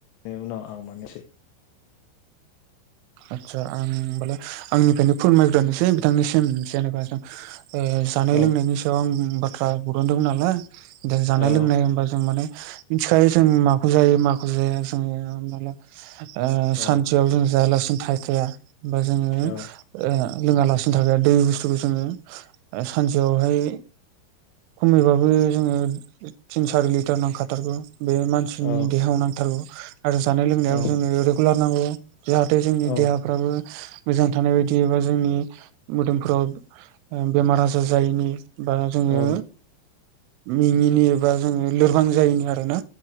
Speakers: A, on the left (about 75°); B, on the right (about 85°).
A: नाय उनाव आं मोननोसै
B: आदसा आं होमबालाय आंनिफ्रायनो फोरमायग्रोनोसै बिथांनिसिम जेनेबा जों ओ जानाय
A: औ
B: लोंनायनि सायाव आं बाथ्रा बरनदोंमोन नालाय दा जानाय
A: औ
B: लोंनाय होनबा जों माने मिन्थि खायो जों माखौ जायो माखौ जाया जोङो हमना ला ओ सानस
A: औ
B: सेयाव जों जायालासिनो थायखाया बा जोङो ओ
A: औ
B: लोङालासिनो थाखाया दै बुस्थुखौ जोङो ओ सानसेयावहाय खमैबाबो जोङो थिन सारि लिथार नांखा थारगौ। बे मानसिनि
A: औ
B: देहायाव नांथारगौ आरो जानाय लोंनायाबो
A: औ
B: जोंनो रेगुलार नांगौ। जाहाथे जों
A: औ
B: देहाफ्राबो मोजां थानाय बायदि एबा जोंनि मोदोम फोराव ओ बेमार आजार जायैनि बा जोङो
A: औ
B: मेङिनि एबा जोङो लोरबां जायिनि आरो ना